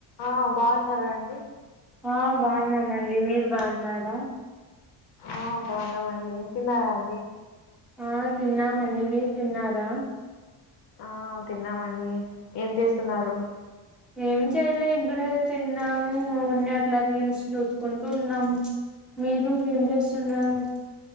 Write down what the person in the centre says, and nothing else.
ఆ బాగున్నానండి మీరు బాగున్నారా
ఆ తిన్నామండి మీరు తిన్నారా
ఏం చెయలే ఇప్పుడే తిన్నాను ఉన్ని అట్లా రీల్స్ చూసుకుంటూ ఉన్నాము మీరు ఏం చేస్తున్నారు